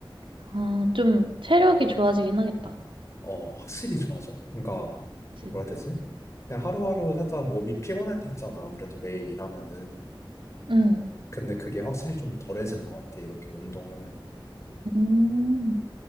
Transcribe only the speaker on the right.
아, 좀 체력이 좋아지긴 하겠다.
그치?
응.
음,